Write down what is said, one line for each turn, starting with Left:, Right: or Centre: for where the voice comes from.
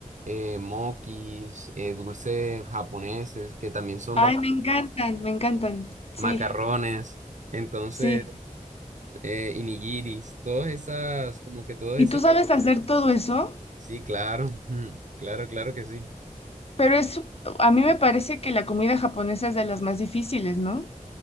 Right: eh, mokis, eh, dulces japoneses, que también son
Left: ay,
Right: bas-
Left: me encantan, me encantan. Sí,
Right: macarrones. Entonces
Left: sí.
Right: eh, y nigiris, todas esas, como que todas
Left: ¿Y
Right: esas.
Left: tú sabes hacer todo eso?
Right: Sí, claro, <laughs> claro, claro que sí.
Left: Pero es, a mí me parece que la comida japonesa es de las más difíciles, ¿no?